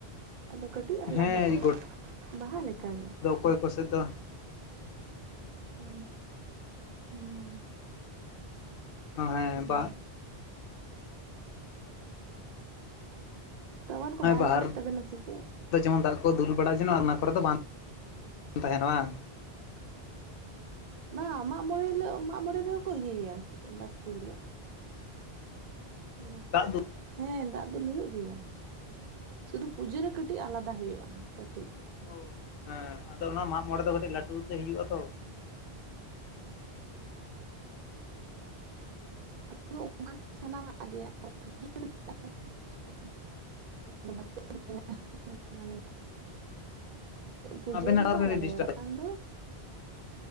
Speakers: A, on the right; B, on the left.
A: ᱟᱫᱚ ᱠᱟᱹᱴᱤᱡ ᱟᱞᱟᱫᱟᱜᱼᱟ
B: ᱦᱮᱸ
A: ᱵᱟᱦᱟ ᱞᱮᱠᱟᱜᱮ
B: ᱠᱚᱭ ᱠᱚ ᱥᱮᱫ ᱫᱟ
A: ᱦᱩ ᱦᱩᱸ
B: ᱦᱮᱸ
A: ᱦᱩᱸ
B: ᱵᱟ
A: ᱛᱚᱣᱟᱨ ᱠᱚ ᱵᱟᱭ
B: ᱵᱟᱦᱟ
A: ᱧᱟᱢᱮᱫ ᱛᱟᱵᱮᱱᱟ ᱥᱮ ᱪᱮᱫ
B: ᱡᱮᱢᱚᱱ ᱫᱟᱜ ᱠᱚ ᱫᱩᱞ ᱵᱟᱲᱟ ᱡᱮᱱᱚ ᱚᱱᱟ ᱠᱚᱨᱮ ᱫᱚ ᱵᱟᱝ <inaudible> ᱛᱟᱦᱮᱱ ᱵᱟᱝ
A: ᱵᱟᱝ ᱢᱟᱜ ᱢᱚᱬᱮᱸ ᱦᱤᱞᱳᱜ ᱢᱟᱜ ᱢᱚᱬᱮᱸ ᱨᱮᱦᱚᱸ ᱠᱚᱤᱭᱟ ᱵᱟᱥᱠᱮ ᱦᱤᱞᱳᱜ <unintelligible>
B: ᱫᱟᱜ ᱫᱩᱞ
A: ᱦᱮᱸ ᱫᱟᱜ ᱫᱩᱞ ᱦᱩᱭᱩᱜ ᱜᱮᱭᱟ ᱥᱩᱫᱩ ᱯᱩᱡᱟᱹᱨᱮ ᱠᱟᱹᱴᱤᱡ ᱟᱞᱟᱫᱟ ᱦᱩᱭᱩᱜᱼᱟ ᱠᱟᱹᱴᱤᱡ
B: ᱚᱼᱼ ᱦᱮᱸ ᱟᱫᱚ ᱚᱱᱟ ᱢᱟᱜ ᱢᱚᱬᱮᱸ ᱫᱚ ᱠᱟᱹᱴᱤᱡ ᱞᱟᱹᱴᱩᱛᱮ ᱦᱤᱡᱩᱜᱼᱟ ᱛᱚ <inaudible>
A: <unintelligible> ᱟᱫᱚ ᱚᱱᱠᱟ ᱥᱟᱱᱟᱢᱟᱜ <unintelligible>
B: <inaudible>
A: <inaudible> ᱯᱩᱡᱟᱹ
B: ᱟᱵᱮᱱᱟᱜ
A: ᱨᱮᱠᱚ
B: ᱴᱟᱣᱟᱨ ᱠᱟᱹᱴᱤᱡ
A: ᱟᱞᱟᱫᱟᱭᱟ
B: ᱰᱤᱥᱴᱟᱵ
A: ᱵᱟᱠᱷᱟᱱ
B: ᱫᱟᱭ
A: ᱫᱚ